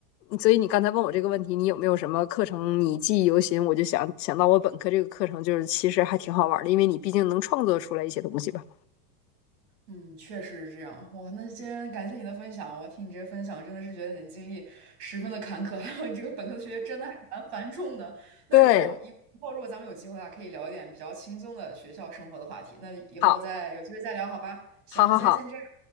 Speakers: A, on the left (about 75°); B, on the right (about 50°).
A: 所以你刚才问我这个问题，你有没有什么课程你记忆犹新？我就想想到我本科这个课程，就是其实还挺好玩的，因为你毕竟能创作出来一些东西吧。
B: 嗯，确实是这样。哇，那今天感谢你的分享，我听你这些分享，真的是觉得你的经历十分的坎坷，<laughs> 还有你这个本科的学业真的还蛮繁重的。那以后以后如果咱们有机会的话，
A: 对，
B: 可以聊一点比较轻松的学校生活的话题。那以后再有机会再聊，
A: 好，
B: 好吧？行，
A: 好，
B: 那今天先这样。
A: 好，好，